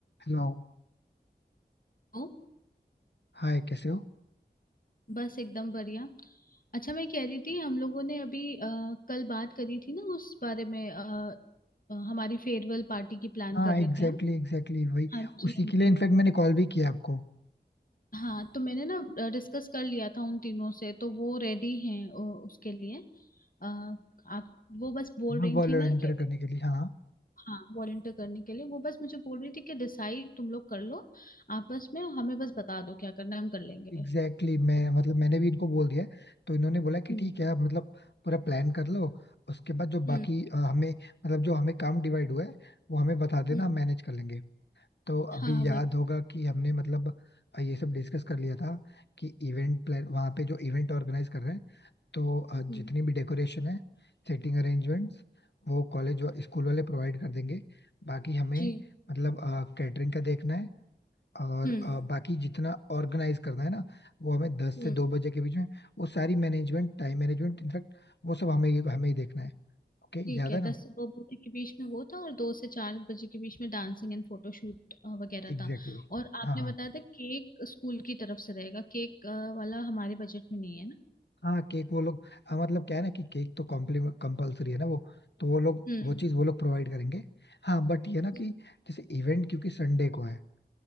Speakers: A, on the left; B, on the left.
A: Hello
B: हूँ।
A: Hi कैसे हो
B: बस एकदम बढ़िया अच्छा मैं कह रही थी हम लोगों ने अभी अ, कल बात करी थी ना उस बारे में अ, अ, हमारी फेयरवेल पार्टी की प्लान
A: हाँ
B: कर रहे
A: एग्जैक्टली
B: थे हम
A: एग्जैक्टली वही
B: हाँ जी
A: उसी
B: हाँ
A: के
B: जी
A: लिए इनफैक्ट मैंने कॉल भी किया आपको
B: हाँ तो मैंने ना डिस्कस कर लिया था उन तीनों से तो वो रेडी हैं अ, उसके लिए अ, आप वो बस बोल
A: हाँ
B: रही
A: वॉलंटियर
B: थी ना कि
A: करने के लिए हाँ
B: हाँ वॉलंटियर करने के लिए वो बस मुझे बोल रही थी कि डिसाइड तुम लोग कर लो आपस में और हमें बस बता दो क्या करना है, हम कर लेंगे
A: एग्जैक्टली exactly, मैं
B: तो-
A: मतलब मैंने भी इनको बोल दिया है तो इन्होंने बोला कि
B: हम्म
A: ठीक है आप मतलब पूरा प्लान कर लो उसके बाद जो
B: हम्म
A: बाकी अ, हमें मतलब जो हमें काम डिवाइड हुआ है वो हमें बता देना
B: हम्म,
A: हम मैनेज कर लेंगे तो अभी
B: हाँ
A: याद
B: वही
A: होगा कि हमने मतलब अ, ये सब डिस्कस कर लिया था कि इवेंट प्लान वहाँ पे जो इवेंट ऑर्गेनाइज कर रहे हैं तो अ, जितनी
B: हम्म,
A: भी डेकोरेशन है सेटिंग अरेंजमेंट्स वो कॉलेज व स्कूल वाले प्रोवाइड कर देंगे बाकी हमें
B: जी
A: मतलब कैटरिंग का देखना है और
B: हम्म
A: अ, बाकी जितना ऑर्गेनाइज करना है ना वो हमें दस
B: हम्म
A: से दो बजे के बीच में वो सारी मैनेजमेंट टाइम मैनेजमेंट इनफैक्ट वो सब हमें हमें ही देखना है ओके
B: ठीक
A: याद
B: है
A: है ना
B: दस से दो बजे के बीच में वो था और दो से चार बजे के बीच में डांसिंग एंड फोटोशूट वगैरह
A: Exactly
B: था
A: exactly.
B: और
A: हाँ
B: आपने
A: हाँ
B: बताया था केक स्कूल की तरफ से रहेगा केक अ, वाला हमारे बजट में नहीं है ना
A: हाँ केक वो लोग हाँ मतलब क्या है ना कि केक तो कॉम्प्लीमेंट कंपलसरी है ना वो तो वो लोग
B: हम्म
A: वो चीज़ वो लोग प्रोवाइड करेंगे हाँ बट ये ना
B: हम्म
A: कि जैसे इवेंट क्योंकि संडे को है